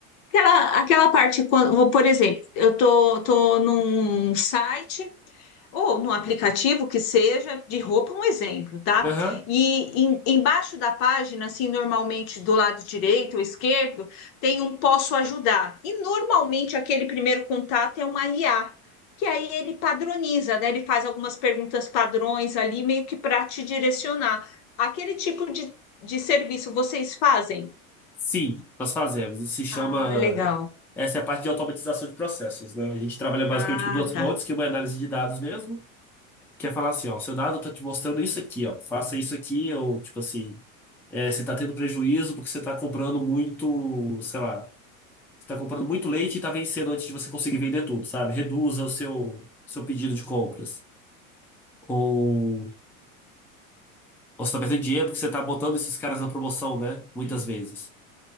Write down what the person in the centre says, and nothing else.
Aham.
Sim, nós fazemos. Isso se chama.
Essa é a parte de automatização de processos, né? A gente trabalha basicamente
com duas frontes,
que uma é análise de dados mesmo. que é falar assim, ó, seu dado tá te mostrando isso aqui, ó, faça isso aqui, ou tipo assim, é, você tá tendo prejuízo porque você tá comprando muito, sei lá, você tá comprando muito leite e tá vencendo antes de você conseguir vender tudo, sabe? Reduza o seu, seu pedido de compras. Ou, ou você tá perdendo dinheiro porque você tá botando esses caras na promoção, né? Muitas vezes.